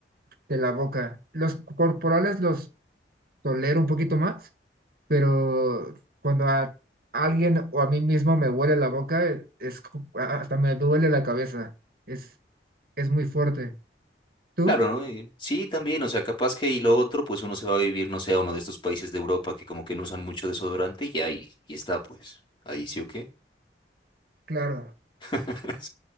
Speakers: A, on the right (about 55°); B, on the left (about 25°).
A: de la boca. Los corporales los tolero un poquito más, pero cuando a alguien o a mí mismo me huele la boca, e- es, co- a- hasta me duele la cabeza. Es, es muy fuerte. ¿Tú?
B: Claro, ¿no? Y sí, también, o sea, capaz que y lo otro, pues uno se va a vivir, no sé, a uno de estos países de Europa que como que no usan mucho desodorante y ya ahí, y está, pues, ahí sí o qué.
A: Claro.
B: <laughs>